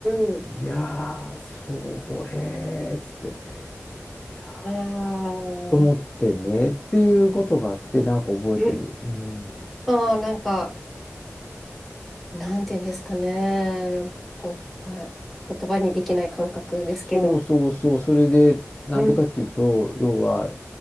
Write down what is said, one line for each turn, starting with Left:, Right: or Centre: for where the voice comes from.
Centre: ん。うん。
Left: いやー、それーっつって、いやー
Centre: ああ。
Left: と思ってねっていうことがあって、なんか覚えてる。
Centre: うん
Left: うん。
Centre: ああ、なんか、なんていうんですかね。こう、はい言葉にできない感覚ですけど。
Left: そうそうそうそう、それで、なんでかっていうと、
Centre: うん。
Left: 要は、